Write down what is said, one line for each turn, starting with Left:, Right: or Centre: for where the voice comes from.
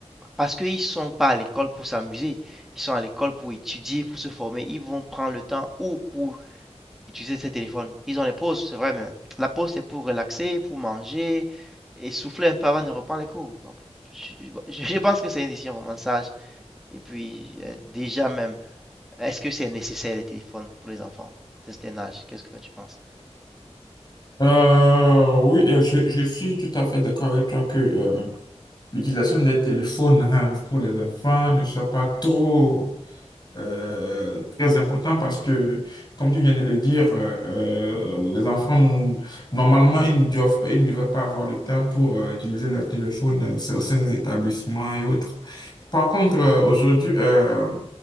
Centre: Parce qu'ils ne sont pas à l'école pour s'amuser, ils sont à l'école pour étudier, pour se former. Ils vont prendre le temps ou pour utiliser ces téléphones. Ils ont les pauses, c'est vrai, mais la pause, c'est pour relaxer, pour manger et souffler un peu avant de reprendre les cours. Donc, je, je- pense que c'est une décision vraiment sage. Et puis, euh, déjà même, est-ce que c'est nécessaire les téléphones pour les enfants de cet âge? Qu'est-ce que toi tu penses?
Left: Euh, oui, euh, je, je suis tout à fait d'accord avec toi que euh, l'utilisation des téléphones hein, pour les enfants ne soit pas trop euh, très important parce que, comme tu viens de le dire, euh, euh, les enfants, normalement, ils ne doivent, ils ne devraient pas avoir le temps pour euh, utiliser leur téléphone euh, sur- au sein des établissements et autres. Par contre, euh, aujourd'hui, euh,